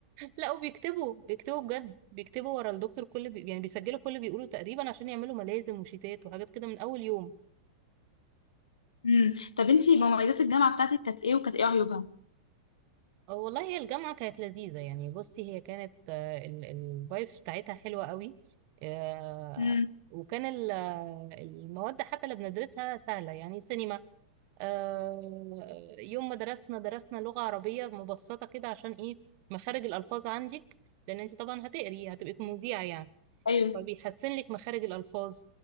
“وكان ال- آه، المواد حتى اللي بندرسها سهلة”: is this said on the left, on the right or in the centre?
Right